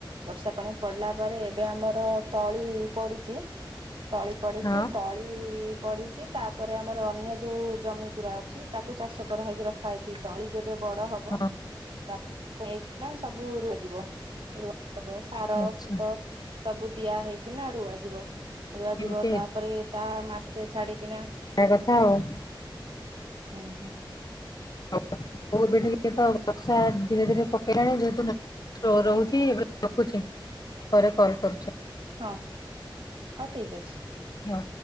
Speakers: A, on the right; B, on the left.
A: ବର୍ଷା ପାଣି ପଡିଲା ପରେ ଏବେ ଆମର ତଳି ପଡିଚି। ତଳି ପଡିଚି
B: ହଁ
A: ତଳି ପଡିଚି ତାପରେ ଆମ୍ ଆମର ଅନ୍ୟ ଯୋଉ ଜମି ଗୁୁରା ଅଛି ତାକୁ ଚାଷ କରାହେଇକି ରଖା ହେଇଚି। ତଳି ଯେବେ ବଡ ହବ
B: ହଁ
A: ତାପ୍ ତାକୁ ନେଇକିନା ସବୁ <unintelligible> ଯିବ ରୁଆ ହବ, ସାର,
B: ଆଚ୍ଛା
A: ଖତ ସବୁ ଦିଆ ହେଇକିନା ରୁଆ ଯିବ। ରୁଆଯିବ
B: ଏମିତି
A: ତାପରେ ତା ମାସେ ଛାଡିକିନା
B: ଏ କଥା ଆଉ
A: ଉଁ ହୁଁ।
B: <unintelligible> ହଉ ଏବେ ଟିକେ ତ ବର୍ଷା ଧୀରେ ଧୀରେ ପକେଇଲାଣି ଯେହେତୁ ନ ଥ୍ରୋ ରହୁଛି ଏବେ ରଖୁଛି ପରେ କଲ୍ କରୁଛି।
A: ହଁ ଆଉ ଠିକ୍ ଅଛି।
B: ହଁ।